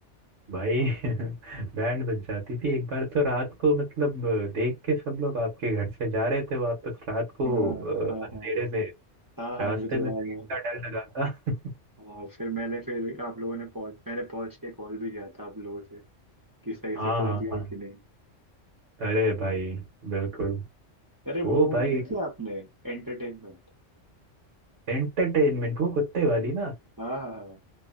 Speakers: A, on the right; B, on the right.
A: भाई <laughs> बैंड बज जाती थी एक बार तो रात को मतलब अ, देख के सब लोग आपके घर से जा रहे थे वापस रात को
B: हाँ
A: अ,
B: हाँ
A: अंधेरे
B: हाँ
A: में
B: हाँ हाँ
A: रास्ते
B: मुझे
A: में
B: याद
A: भीड़
B: है
A: का डर लगा था
B: हाँ फिर मैंने फिर आप लोगों ने पहुंच मैंने पहुंच के कॉल भी किया था आप लोगों से कि सही
A: हाँ
B: से पहुंच
A: हाँ
B: गए
A: हाँ
B: कि नहीं
A: अरे भाई बिल्कुल
B: अरे
A: वो
B: वो मूवी
A: भाई
B: देखी आपने एंटरटेनमेंट
A: एंटरटेनमेंट वो कुत्ते वाली ना
B: हाँ हाँ